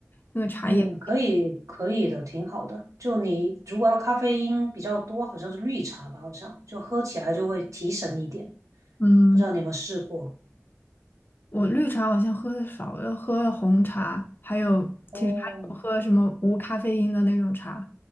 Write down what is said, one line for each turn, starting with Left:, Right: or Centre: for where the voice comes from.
Left: 因为茶叶
Right: 嗯，可以可以的，挺好的。就你如果要咖啡因比较多，好像是绿茶吧，好像就喝起来就会提神一点。
Left: 嗯，
Right: 不知道你有没有试过？
Left: 我绿茶好像喝的少了，喝了红茶，还有其实还有喝什么无咖啡因的那种茶，
Right: 哦，